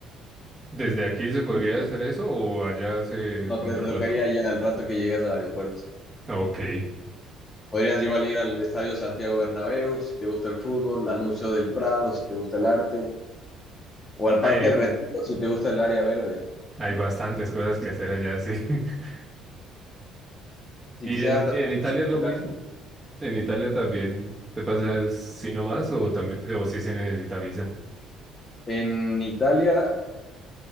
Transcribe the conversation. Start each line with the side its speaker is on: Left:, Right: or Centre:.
Right: desde aquí se podría hacer eso o allá se
Left: No
Right: controla
Left: te, te tocaría
Right: todo?
Left: ya al rato que llegas al aeropuerto.
Right: Ah, Ok.
Left: Podrías igual ir al Estadio Santiago Bernabéu si te gusta el fútbol, al Museo del Prado si te gusta el arte, o al Parque
Right: Hay,
Left: del Retiro si te gusta el área verde.
Right: hay bastantes cosas que hacer allá, sí. <laughs>
Left: Si
Right: ¿Y
Left: quisieras
Right: en,
Left: también
Right: en Italia
Left: enfocarte
Right: es lo mismo? ¿En Italia también te pasa así nomás o también o sí se necesita visa?
Left: en Italia,